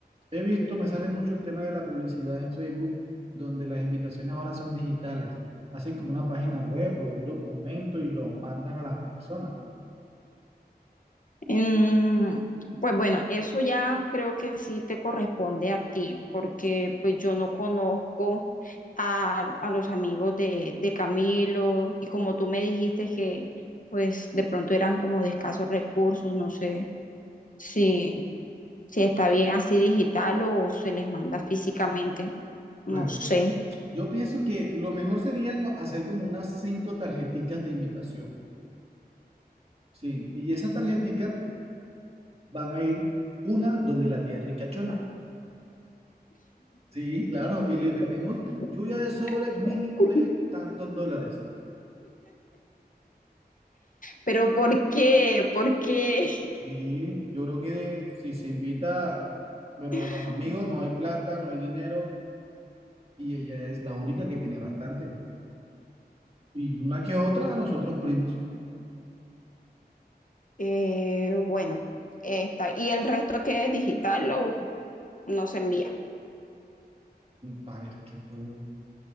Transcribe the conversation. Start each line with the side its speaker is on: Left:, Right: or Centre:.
Right: he visto, me sale mucho el tema de la publicidad en Facebook, donde las invitaciones ahora son digitales. Hacen como una página web o un documento y lo mandan a las personas.
Left: Mm, pues bueno, eso ya creo que sí te corresponde a ti, porque pues yo no conozco a, a los amigos de, de Camilo y como tú me dijiste que pues de pronto eran como de escasos recursos, no sé si, si está bien así digital o se les manda físicamente, no
Right: Bueno,
Left: sé.
Right: Yo pienso que lo mejor sería co- hacer como unas cinco tarjeticas de invitación. Sí, y esas tarjeticas van a ir una donde la tía ricachona. Sí, claro, y le
Left: <laughs>
Right: metemos lluvia de sobre mínimo de tantos dólares.
Left: Pero ¿por qué? ¿Por qué?
Right: Sí, yo creo que si se invita, bueno,
Left: <laughs>
Right: a los amigos no hay plata, no hay dinero, y ella es la única que tiene bastante. Y una que otra a los otros primos,
Left: Eh, bueno, está. Y el resto que es digital lo, no se envía.
Right: para ver qué puedo